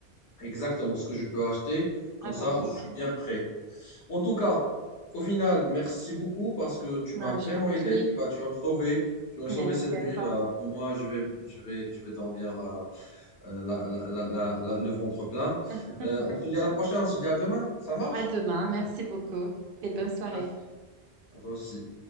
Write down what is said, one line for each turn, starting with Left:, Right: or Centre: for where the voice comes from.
Left: exactement ce que je peux acheter. Comme
Right: avant
Left: ça,
Right: trente
Left: je suis bien prêt. En tout cas, au final, merci beaucoup parce que tu m'as
Right: Ah,
Left: vraiment
Right: je t'en
Left: aidé.
Right: prie.
Left: Tu vas, tu vas me sauver. Tu vas me
Right: Merci
Left: sauver cette nuit.
Right: à toi.
Left: euh, au moins, je vais, je vais, je vais dormir euh, euh, la- la- la- la- la- le ventre plein.
Right: <laughs>
Left: Euh, on se dit à la prochaine. On se dit à demain. Ça marche?
Right: À demain. Merci beaucoup et bonne soirée.
Left: Merci. À toi aussi.